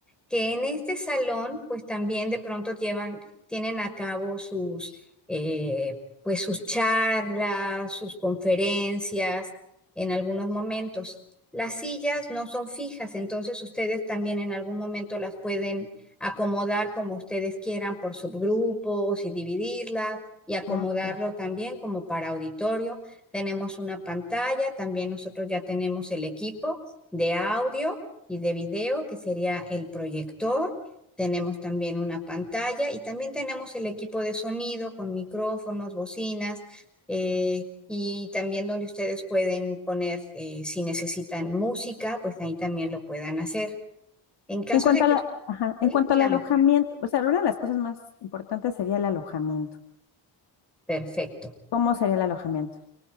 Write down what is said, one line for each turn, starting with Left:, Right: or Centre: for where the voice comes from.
Centre: que en este salón pues también de pronto llevan, tienen a cabo sus, eh, pues sus charlas, sus conferencias en algunos momentos. Las sillas no son fijas, entonces ustedes también en algún momento las pueden acomodar como ustedes quieran por subgrupos y dividirlas y acomodarlo
Left: Ah, ok.
Centre: también como para auditorio. Tenemos una pantalla, también nosotros ya tenemos el equipo de audio y de video, que sería el proyector. Tenemos también una pantalla y también tenemos el equipo de sonido con micrófonos, bocinas eh, y también donde ustedes pueden poner, eh, si necesitan música, pues ahí también lo puedan hacer. En caso
Left: En cuanto
Centre: de que,
Left: a la- ajá, en cuanto
Centre: dígame,
Left: al alojamiento, o sea, una de las cosas más importantes sería el alojamiento.
Centre: perfecto.
Left: ¿Cómo sería el alojamiento?